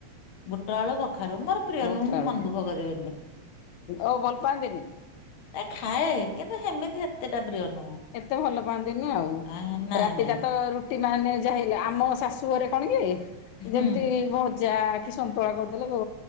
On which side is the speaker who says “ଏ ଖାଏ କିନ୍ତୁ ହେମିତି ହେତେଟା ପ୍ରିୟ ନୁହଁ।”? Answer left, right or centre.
Left